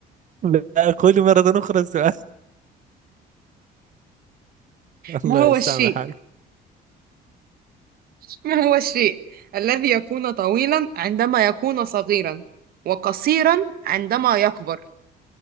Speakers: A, on the right; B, on the right.
A: لا أقول مرة أخرى السؤال <laughs>
B: ما
A: الله
B: هو
A: يسامحك
B: الشيء <laughs> ما هو الشيء الذي يكون طويلا عندما يكون صغيرا وقصيرا عندما يكبر